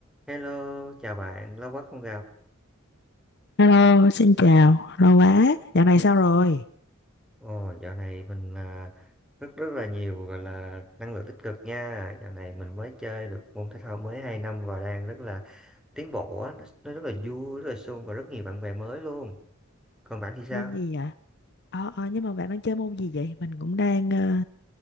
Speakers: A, in the centre; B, on the left (about 55°).
A: Hello, chào bạn, lâu quá không gặp.
B: Hello, xin chào, lâu quá, dạo này sao rồi?
A: Ồ, dạo này mình à, rất rất là nhiều gọi là năng lượng tích cực nha. Dạo này mình mới chơi được môn thể thao mới 2 năm và đang rất là tiến bộ á, nó, nó rất là vui, rất là sung và rất nhiều bạn bè mới luôn. Còn bạn thì sao?
B: Môn gì vậy? Ờ, ờ, nhưng mà bạn đang chơi môn gì vậy? Mình cũng đang, ờ,